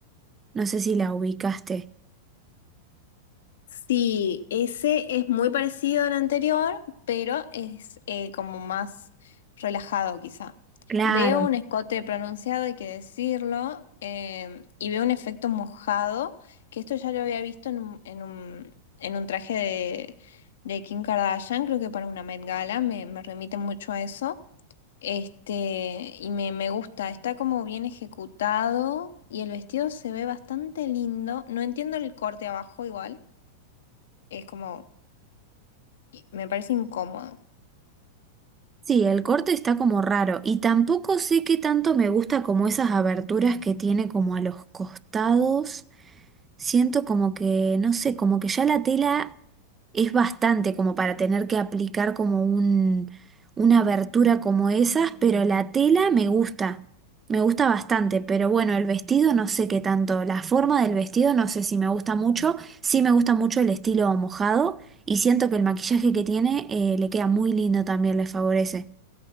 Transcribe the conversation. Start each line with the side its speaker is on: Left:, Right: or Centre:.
Right: No sé si la ubicaste.
Left: Sí, ese es muy parecido al anterior, pero es eh, como más relajado quizá.
Right: Claro.
Left: Veo un escote pronunciado, hay que decirlo, eh, y veo un efecto mojado, que esto ya lo había visto en un, en un, en un traje de, de Kim Kardashian, creo que para una Met Gala, me, me remite mucho a eso. Este, y me, me gusta, está como bien ejecutado y el vestido se ve bastante lindo. No entiendo el corte abajo igual es como, y- me parece incómodo.
Right: Sí, el corte está como raro. Y tampoco sé qué tanto me gusta como esas aberturas que tiene como a los costados. siento como que, no sé, como que ya la tela es bastante como para tener que aplicar como un, una abertura como esas, pero la tela me gusta, me gusta bastante, pero bueno, el vestido no sé qué tanto, la forma del vestido no sé si me gusta mucho, sí me gusta mucho el estilo mojado y siento que el maquillaje que tiene eh, le queda muy lindo también, le favorece.